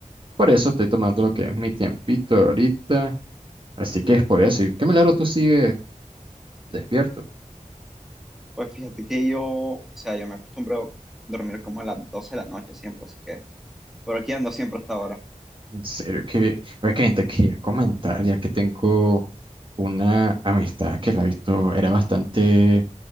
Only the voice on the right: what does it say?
por eso estoy tomando lo que es mi tiempito ahorita. Así que es por eso. ¿Y qué milagro tú sigues despierto?
En serio, que es que te quería comentar, ya que tengo una amistad que la he visto, era bastante